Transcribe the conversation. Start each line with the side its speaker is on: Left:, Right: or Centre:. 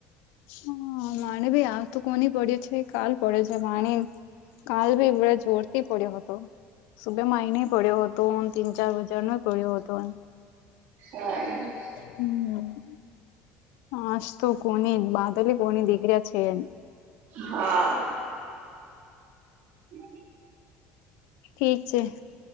Left: હ માણી ભી આ તો કોને પડે છે કાલ પડે છે માણી કાલ ભીવળ જ જોરથી પડ્યો હતો સુબેમાંહીને પડ્યો હતો તીન ચાર હજાર ન પડ્યો હતો
Right: હા
Left: હમ હસ તોું કોની બાદલે કોની દીકરીિયા છે
Right: હા હમ
Left: ઠીક છે